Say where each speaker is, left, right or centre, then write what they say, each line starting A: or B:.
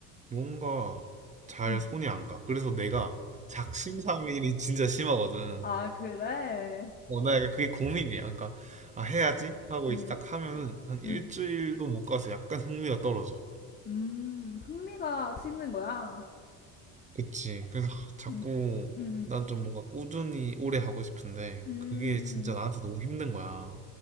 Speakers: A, on the right; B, on the left.
A: 뭔가 잘
B: 음.
A: 손이 안 가. 그래서 내가 작심삼일이 진짜 심하거든.
B: 아, 그래?
A: 어, 나 약간 그게 고민이야. 그러니까, 아, 해야지? 하고
B: 음,
A: 이제 딱 하면은 한 일주일도
B: 음,
A: 못 가서 약간 흥미가 떨어져.
B: 음. 흥미가 식는 거야?
A: 그치. 그래서 하, 자꾸
B: 음, 음, 음.
A: 난 좀 뭔가 꾸준히 오래 하고 싶은데,
B: 음.
A: 그게 진짜 나한테 너무 힘든 거야.